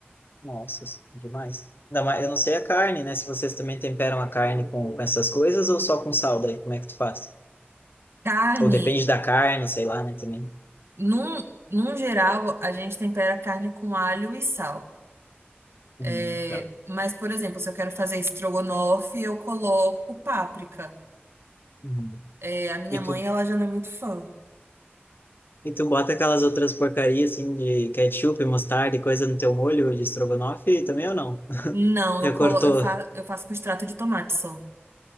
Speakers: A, on the left; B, on the right.
A: Nossa, demais. Ainda mais, eu não sei a carne, né? Se vocês também temperam a carne com, com essas coisas ou só com sal daí, como é que tu faz?
B: Carne,
A: Ou depende da carne, sei lá, né, também.
B: num, num geral, a gente tempera a carne com alho e sal.
A: Hum,
B: É,
A: tá.
B: mas, por exemplo, se eu quero fazer estrogonofe, eu coloco páprica.
A: Uhum.
B: É, a minha
A: E
B: mãe,
A: tu?
B: ela já não é muito fã.
A: E tu bota aquelas outras porcarias assim de ketchup, mostarda e coisa no teu molho de estrogonofe também ou não?
B: Não,
A: Já
B: eu colo,
A: cortou?
B: eu fa, eu faço com extrato de tomate só.